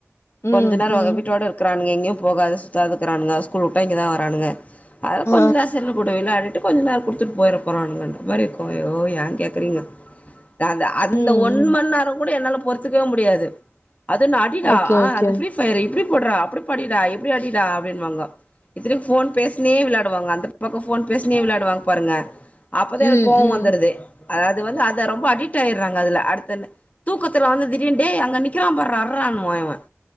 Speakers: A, on the left (about 65°); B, on the left (about 30°).
A: ம்
B: கொஞ்சொ நேரொ
A: ம்
B: அங்க வீட்டோட இருக்கிறானுங்க எங்யு போகாது சுத்தாதுக்கிறானுக ஸ்கூல் உட்ட இங்கதா வரானுங்க அதே
A: ஆ
B: கொஞ்ச நேரொ செல்லு குடு விளாடி ட்டு கொஞ்சொ நேரொ கொடுத்துட்டு போய்ட போறானுங்கனு இந்த மாரி இருக்கும் ஐய்யோ ஏன் கேக்குறீங்க அந்த அந்த
A: ம்
B: ஒன்
A: ம்
B: மண் நேரொ கூட என்னால பொறுத்துக்கவே முடியாது அதுனா அடிடா
A: ஓகே
B: ஆ
A: ஓகே
B: அந்த ஃப்ரீ ஃபயர்ரா இப்டி போட்றா அப்டி படிடா எப்டி அடிடா அப்டின்பாங்க இத்தினை ஃபோன் பேசுனே விளாடுவாங்க அந்த பக்கொ ஃபோன் பேசுனே விளாடுவாங்க பாருங்க அப்பதா
A: ம்
B: எனக்கு கோவொ
A: ம்
B: வந்துருது அதாவது வந்து அத ரொம்ப அடிட் ஆயிறாங்க அதுல அடுத்த தூக்கத்துல வந்து தீ டின்டே அங்க நிற்கிறான் பார்ரா அட்ரானுவா இவன்